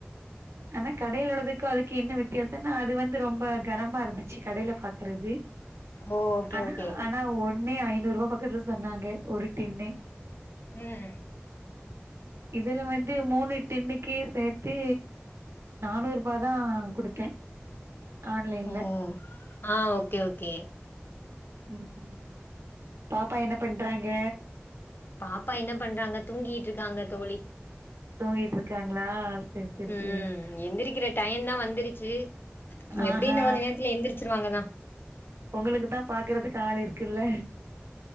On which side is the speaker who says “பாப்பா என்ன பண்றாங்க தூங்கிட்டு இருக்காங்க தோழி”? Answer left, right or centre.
Left